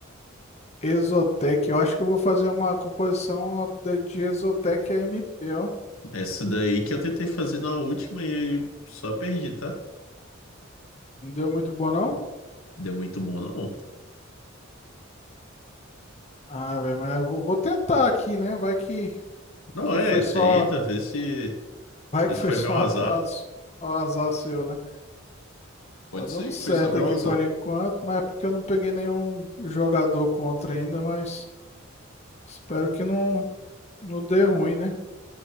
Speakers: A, on the left (about 30°); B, on the left (about 85°).
A: Exotec. Eu acho que eu vou fazer uma composição de de Exotec a MP, ó.
B: Essa daí que eu tentei fazer na última e aí só perdi, tá?
A: Não deu muito bom, não?
B: Deu muito bom, não.
A: Ah, velho, mas eu vou, vou tentar aqui, né? Vai que,
B: Não,
A: que
B: é,
A: foi
B: tenta,
A: só.
B: vê se.
A: <laughs> Vai
B: Vê
A: que
B: se
A: foi
B: foi
A: só
B: meu
A: a-
B: azar.
A: a- o azar seu, né?
B: Pode
A: Tá dando
B: ser
A: certo
B: que foi só meu
A: aqui
B: azar.
A: por enquanto, mas é porque eu não peguei nenhum jogador contra ainda, mas espero que não, não dê ruim, né?